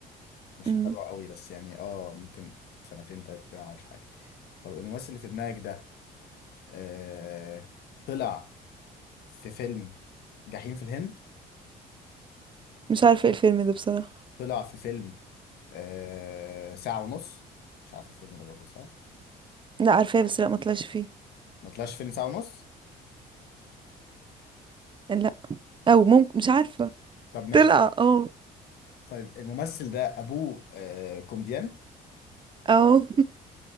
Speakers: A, on the left (about 70°); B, on the right (about 30°).
A: مش
B: مم.
A: متابعه قوي بس يعني اه ممكن سنتين تلاتة كده ما عملش حاجة طب الممثل اللي في دماغك ده أه طلع في فيلم جحيم في الهند
B: مش عارفة ايه الفيلم ده بصراحة
A: طلع في فيلم أه ساعة ونص مش عارف الفيلم ده برضه صح
B: لا عارفاه بس لا ما طلعش فيه
A: ما طلعش فيلم ساعة ونص
B: لا او ممكن مش عارفة
A: طب ماشي
B: طلع اه
A: طيب الممثل ده أبوه أه كوميديان
B: اه